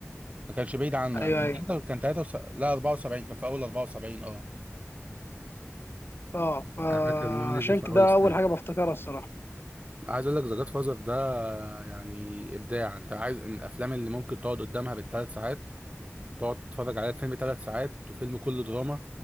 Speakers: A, on the right; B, on the left.
A: ما كانش بعيد عنه يعني
B: ايوه
A: كان
B: امم
A: تلاتة-
B: ايوه
A: كان 73 لا 74 كان في اول 74 اه
B: اه فعشان
A: انا فاكر ان هو نزل في
B: كده
A: اول السنه
B: اول حاجه بفتكرها الصراحه
A: عايز اقول لك ذا جاد فازر ده يعني ابداع انت عايز من الافلام اللي ممكن تقعد قدامها بالثلاث ساعات تقعد تتفرج على الفيلم ثلاث ساعات وفيلم كله دراما